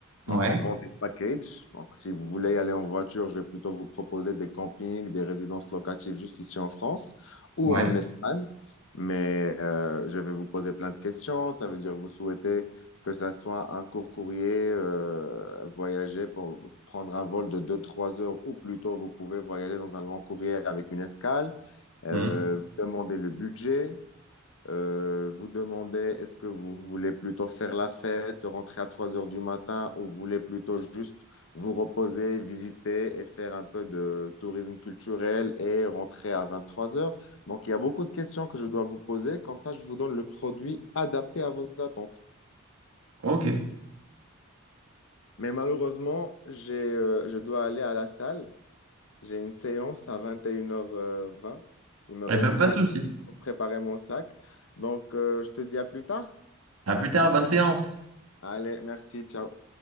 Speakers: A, on the right; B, on the left.
A: Ouais,
B: Donc, on vend des packages. Donc, si vous voulez aller en voiture, je vais plutôt vous proposer des campings, des résidences locatives juste ici en France ou
A: ouais.
B: en Espagne. Mais euh, je vais vous poser plein de questions. Ça veut dire vous souhaitez que ça soit un court courrier euh, voyager pour prendre un vol de 2 trois heures ou plutôt vous pouvez voyager dans un long courrier avec une escale, euh,
A: Mmh.
B: vous demandez le budget, euh, vous demandez est-ce que vous voulez plutôt faire la fête, rentrer à 3 heures du matin ou vous voulez plutôt juste vous reposer, visiter et faire un peu de tourisme culturel et rentrer à 23 heures. Donc il y a beaucoup de questions que je dois vous poser, comme ça je vous donne le produit adapté à vos attentes.
A: Ok. Eh
B: Mais malheureusement, j'ai, euh, je dois aller à la salle J'ai une séance à 21h20. Il me
A: ben,
B: reste 5
A: pas de souci.
B: minutes pour préparer mon sac. Donc, euh, je te dis à plus tard.
A: À plus tard, bonne séance.
B: Allez, merci, ciao.